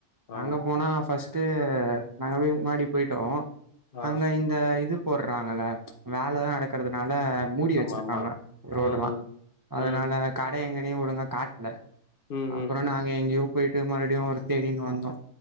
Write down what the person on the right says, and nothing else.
அங்க போனாப் ஃபஸ்ட்டு ஹ நாங்க போய் முன்னாடி போய்ட்டோ
அங்க இந்த இதுப் போடுறாங்கல ச் வேலைதா நடக்கறதுனால மூடி வச்சிருக்காங்க
ரோடு
ல்லா அதனால
கடை எங்க நீ ஒழுங்கா காட்ல
அப்பற
நாங்க எங்கேயோப் போயிட்டு மறுடியு தேடினு வந்தோ